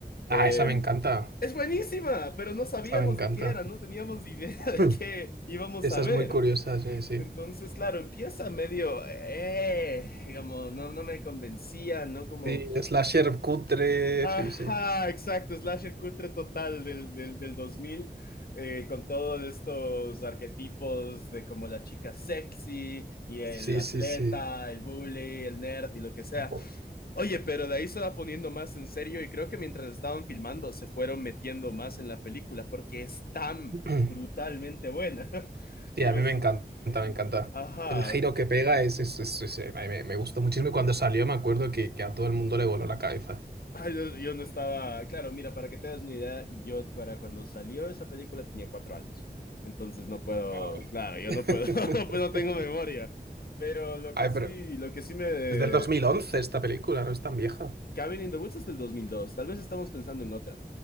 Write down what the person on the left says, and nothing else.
Eh,
es buenísima, pero no sabíamos
de qué era, no teníamos idea <laughs>
de qué íbamos
a ver.
Entonces, claro, empieza medio, eh, eh, como no, no me convencía, ¿no? Como,
ajá,
exacto, slasher cutre total del, del, del 2000, eh, con todos estos arquetipos de como la chica sexy y el
atleta,
el bully, el nerd y lo que sea.
Oye, pero de ahí se va poniendo más en serio y creo que mientras estaban filmando se fueron metiendo más en la película porque es tan
brutalmente buena. <laughs>
Y
me,
sor-
Ajá,
Ay, yo, yo no estaba, claro, mira, para que te das una idea, yo para cuando salió esa película tenía cuatro años, entonces no puedo,
claro, yo
no puedo, <laughs> no, pues no tengo memoria, pero lo
que sí,
lo que sí me...
Cabin in the Woods es del 2002. tal vez estamos pensando en otra.